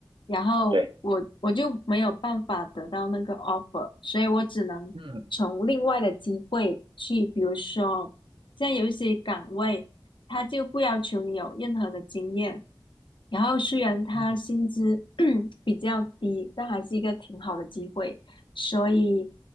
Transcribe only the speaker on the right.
对，
嗯
嗯